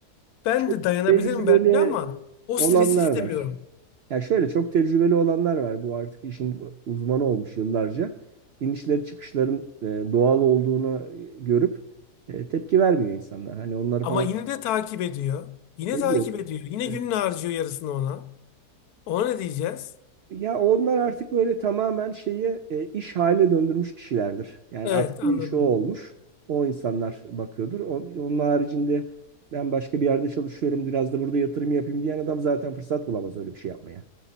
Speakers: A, on the left; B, on the right.
A: ben
B: çok
A: de dayanabilirim
B: Evet. tecrübeli
A: belki ama o
B: olanlar
A: stresi istemiyorum.
B: var. Ya şöyle çok tecrübeli olanlar var. Bu artık işin uzmanı olmuş yıllarca. İnişleri çıkışların e, doğal olduğunu e, görüp e, tepki vermiyor insanlar. Hani onları
A: Ama
B: falan
A: yine de takip ediyor. Yine
B: ediyor.
A: takip ediyor. Yine
B: Evet.
A: gününü harcıyor yarısını ona. Ona ne diyeceğiz?
B: Ya onlar artık böyle tamamen şeyi e, iş haline döndürmüş kişilerdir. Yani
A: Evet
B: asli
A: anladım.
B: işi o olmuş. O insanlar bakıyordur. On- Onun haricinde ben başka bir yerde çalışıyorum biraz da burada yatırım yapayım diyen adam zaten fırsat bulamaz öyle bir şey yapmaya.